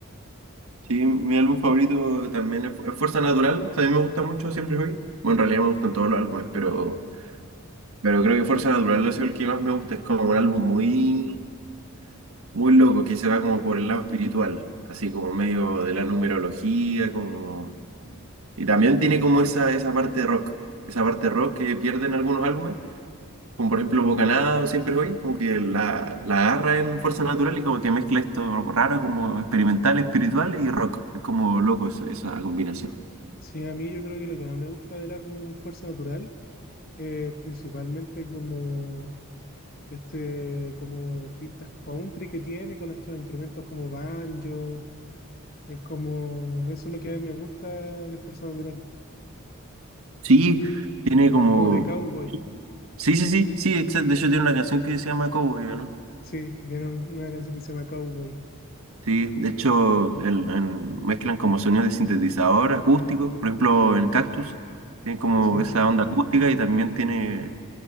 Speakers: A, on the right; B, on the left.
A: Sí, mi álbum favorito también es, es Fuerza Natural. También me gusta mucho Siempre Hoy. Bueno, en realidad me gustan todos los álbumes, pero, pero creo que Fuerza Natural ha sido el que más me gusta. Es como un álbum muy muy loco, que se va como por el lado espiritual, así como medio de la numerología, como... Y también tiene como esa, esa parte de rock, esa parte rock que pierden algunos álbumes, como por ejemplo Bocanada o Siempre Hoy, como que la, la agarra en Fuerza Natural y como que mezcla esto raro, como experimental, espiritual y rock. Es como loco es- esa combinación.
B: Sí, a mí yo creo que lo que más me gusta del álbum Fuerza Natural es principalmente como este, como pintas country que tiene con estos instrumentos como banjo. Es como, eso es lo que me gusta de Fuerza Natural,
A: Sí, tiene como...
B: como de cowboy.
A: Sí, sí, sí, sí, exacto. De hecho tiene una canción que se llama Cowboy, ¿no?
B: Sí, tiene un- una canción que se llama Cowboy.
A: Sí, de hecho, el- en- mezclan como sonidos de sintetizador acústico, por ejemplo, en Cactus, tiene como
B: Sí,
A: esa onda acústica y también tiene